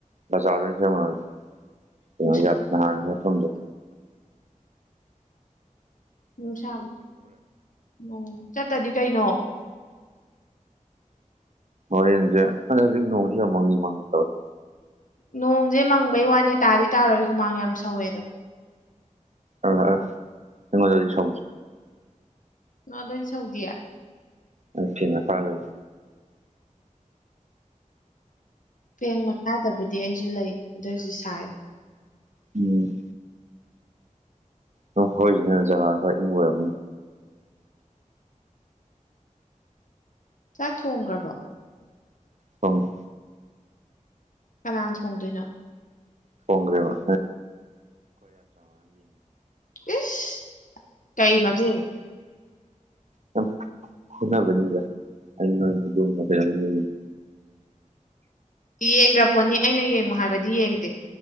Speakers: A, on the right (about 60°); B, on the left (about 70°).
A: ꯕꯖ꯭ꯔꯗ ꯑꫭꯅ ꯁ‌ꯦꯝꯃꯨꫪꯖꯤ
B: ꯅꯨꯡꯁꯥ
A: ꯅꯍꯥꯟ ꯂ‌ꯦꯛꯐꯝꯗꯤ
B: ꯎꯝ ꯁꯥꯕ ꯎꯝ ꯆꯠꯇꯗꯤ ꯀꯩꯅꯣ
A: ꯍ‌ꯣꯔ‌ꯦꯟꯁ‌ꯦ ꯈꯪꯗ‌ꯦ ꯍꯧꯖꯤꯛꯁ‌ꯦ ꯅꯣꯡꯁꯤ ꯃꯪꯂꯤ ꯃꯪꯂꯤ ꯇꯩꯋ‌ꯦ
B: ꯅꯣꯡꯁꯦ ꯃꯪꯕꯩ ꯋꯥꯅꯤ ꯇꯥꯗꯤ ꯇꯥꯔꯣꯏ ꯍꯨꯃꯥꯡ ꯌꯥꯝ ꯁꯧꯋꯦ ꯑꯗꯣ
A: ꯑ ꯑ ꯑꯩꯉ‌ꯣꯟꯗꯗꯤ ꯁꯧꯗ‌ꯦ
B: ꯅꯉ‌ꯣꯟꯗꯗꯤ ꯁꯧꯗꯤꯌꯥ
A: ꯑꯥ ꯐ‌ꯦꯟ ꯃꯈꯥ ꯂꯩꯕꯩ
B: ꯐꯦꯟ ꯃꯈꯥꯗꯕꯨꯗꯤ ꯑꯩꯁꯨ ꯂꯩ ꯑꯗꯨ ꯑꯣꯏꯁꯨ ꯁꯥꯏ
A: ꯎꯝ ꯑꯣ ꯈ‌ꯣꯏꯒꯤꯅ ꯖꯒꯥ ꯈꯔ ꯏꯪꯕ ꯑꯣꯏꯔꯝꯅꯤ
B: ꯆꯥꯛ ꯊꯣꯡꯈ꯭ꯔꯕꯣ
A: ꯊ‌ꯣꯡꯉ‌‌ꯦ
B: ꯀꯅꯥꯅ ꯊꯣꯡꯗꯣꯏꯅꯣ
A: ꯊ‌ꯣꯡꯒ꯭ꯔ‌ꯦꯕ
B: ꯑꯦꯁ ꯀꯩ ꯃꯃꯤꯡ
A: ꯁꯨꯝ ꯐꯨꯅꯕꯩꯅꯤꯗ ꯑꯩ ꯅ‌ꯣꯏ ꯑꯗꯨꯝꯕ ꯀꯩꯅ‌ꯣ ꯌ‌ꯦꯡꯗ‌ꯦ
B: ꯌꯦꯡꯈ꯭ꯔꯥ ꯄꯣꯠꯅꯤ ꯑꯩꯅ ꯌꯦꯡꯉꯨ ꯍꯥꯏꯕꯗꯤ ꯌꯦꯡꯗꯦ